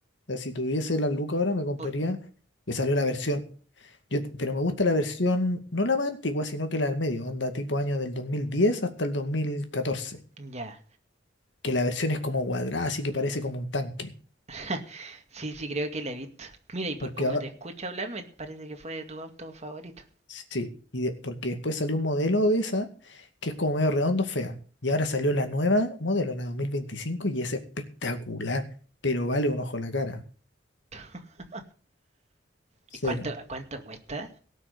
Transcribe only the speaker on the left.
sea, si tuviese las lucas ahora, me compraría,
que salió la versión, yo, pero me gusta la versión, no la más antigua, sino que la del medio, onda tipo año del 2010 hasta el 2014,
que la versión es como cuadrada, así que parece como un tanque.
Porque
ahora,
sí, y de- porque después salió un modelo de esa, que es como medio redondo, fea. Y ahora salió la nueva modelo, la 2025, y es espectacular, pero vale un ojo la cara.
serio